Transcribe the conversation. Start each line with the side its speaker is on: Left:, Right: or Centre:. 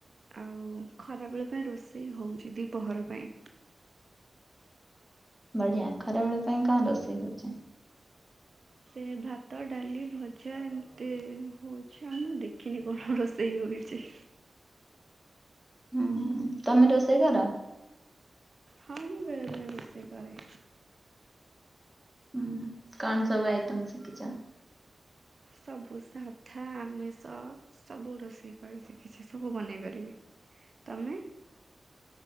Right: ଆଉ ଖରାବେଳ ପାଇଁ ରୋଷେଇ ହଉଛି ଦିପହର ପାଇଁ।
Centre: ବଢିଆ ଖରା ବେଳ ପାଇଁ କଣ ରୋଷେଇ ହଉଛି?
Right: ସେ ଭାତ ଡାଲି ଭଜା ଏମିତି ହଉଛି ଆଉ ମୁଁ ଦେ ଖିନି କଣ ରୋଷେଇ ହଉଛି।
Centre: ହୁଁ ତମେ ରୋଷେଇ କର?
Right: ହଁ ମୁଁ ବେଳେବେଳେ ରୋସେଇ କରେ।
Centre: ହୁଁ କଣ ସବୁ ଆଇଟମ ଶିଖିଚ?
Right: ସବୁ ସାଧା ଆମିଷ ସବୁ ରୋଷେଇ କରି ଶିଖିଛି ସବୁ ବନେଇ ପାରିବି ତମେ?